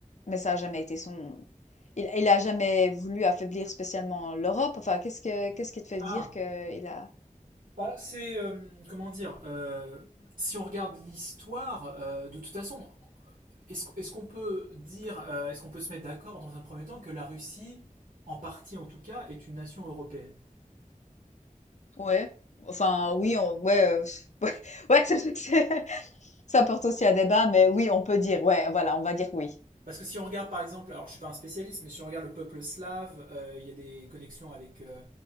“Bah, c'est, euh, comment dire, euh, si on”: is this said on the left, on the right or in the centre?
Right